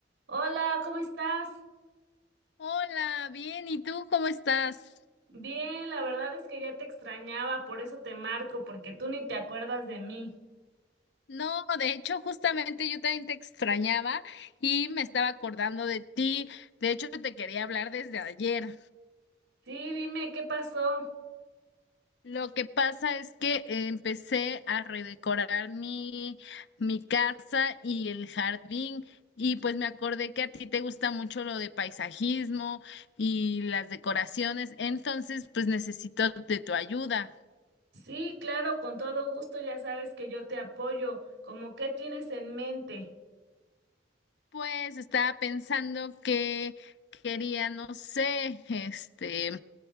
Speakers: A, on the right; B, on the left.
A: Hola, ¿cómo estás?
B: Hola, bien, ¿y tú cómo estás?
A: Bien, la verdad es que ya te extrañaba, por eso te marco, porque tú ni te acuerdas de mí.
B: No, de hecho, justamente yo también te extrañaba y me estaba acordando de ti. De hecho, te quería hablar desde ayer.
A: Sí, dime, ¿qué pasó?
B: Lo que pasa es que empecé a redecorar mi, mi casa y el jardín y pues me acordé que a ti te gusta mucho lo de paisajismo y las decoraciones, entonces pues necesito de tu ayuda.
A: Sí, claro, con todo gusto, ya sabes que yo te apoyo. ¿Cómo qué tienes en mente?
B: Pues estaba pensando que quería, no sé, este,